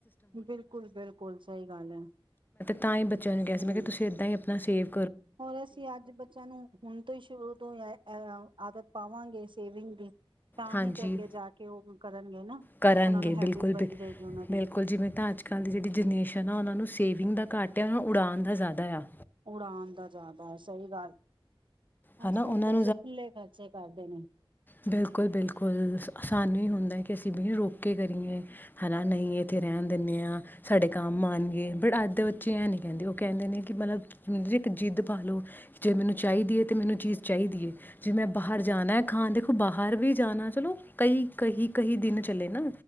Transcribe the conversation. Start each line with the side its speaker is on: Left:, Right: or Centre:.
Right: ਬਿਲਕੁਲ-ਬਿਲਕੁਲ, ਸਹੀ ਗੱਲ ਹੈ।
Left: ਤਾਈਂ ਬੱਚ ਚਲ ਗਿਆ ਸੀ
Right: ਹੂੰ
Left: ਮੈਂ ਕਿਹਾ ਤੁਸੀਂ ਇੱਦਾਂ ਹੀ ਅਪ ਨਾ ਸੇਫ
Right: ਹੋਰ ਅਸੀਂ ਅੱਜ ਬੱਚਿਆਂ ਨੂੰ ਹੁਣ ਤੋਂ ਹੀ ਸ਼ੁਰੂ ਤੋਂ ਆਹ ਆ ਆਦਤ ਪਾਵਾਂਗੇ ਸੇਵਿੰਗ ਦੀ। ਤਾਂ
Left: ਹਾਂਜੀ
Right: ਹੀ ਤੇ ਅੱਗੇ ਜਾ ਕੇ ਉਹ ਕਰਨਗੇ ਨਾ
Left: ਕਰਨਗੇ
Right: ਉਹਨਾਂ ਨੂੰ ਹੈਬਿਟ
Left: ਬਿਲਕੁਲ
Right: ਬਣੀ
Left: ਬਿਲ
Right: ਰਹੇਗੀ ਉਹਨਾਂ ਦੀ
Left: ਬਿਲਕੁਲ ਜਿਵੇਂ ਤਾਂ ਅੱਜ ਕੱਲ੍ਹ ਦੀ ਜਿਹੜੀ ਜਨਰੇਸ਼ਨ ਆ ਉਹਨਾਂ ਨੂੰ ਸੇਵਿੰਗ ਦਾ ਘੱਟ ਆ ਉਹਨਾਂ ਨੂੰ ਉਡਾਣ ਦਾ ਜ਼ਿਆਦਾ ਆ।
Right: ਉਡਾਣ ਦਾ ਜ਼ਿਆਦਾ ਹੈ, ਸਹੀ ਗੱਲ
Left: ਹੈ
Right: ਅੱਜ
Left: ਨਾ
Right: ਕੱਲ
Left: ਉਹਨਾਂ
Right: ਬੱਚੇ ਖੁੱਲੇ ਖ਼ਰਚੇ ਕਰਦੇ ਨੇ।
Left: ਬਿਲਕੁਲ-ਬਿਲਕੁਲ ਸਾਨੂੰ ਵੀ ਹੁੰਦਾ ਕਿ ਅਸੀਂ ਵੀ ਰੋਕੇ ਕੇ ਕਰੀਏ ਹਨਾ ਨਹੀਂ ਇੱਥੇ ਰਹਿਣ ਦਿੰਦੇ ਹਾਂ, ਸਾਡੇ ਕੰਮ ਆਣਗੇ ਬਟ ਅੱਜ ਦੇ ਬੱਚੇ ਐਂ ਨਹੀਂ ਕਹਿੰਦੇ ਉਹ ਕਹਿੰਦੇ ਨੇ ਕਿ ਮਤਲਬ ਇੱਕ ਜਿੱਦ ਪਾ ਲਉ ਜੇ ਮੈਨੂੰ ਚਾਹੀਦੀ ਹੈ, ਤਾਂ ਮੈਨੂੰ ਚੀਜ਼ ਚਾਹੀਦੀ ਹੈ। ਜੇ ਮੈਂ ਬਾਹਰ ਜਾਣਾ ਹੈ ਖਾਣ ਦੇਖੋ ਬਾਹਰ ਵੀ ਜਾਣਾ ਚਲੋ ਕਈ ਕਹੀ ਕਹੀ ਦਿਨ ਚਲੇ ਨਾ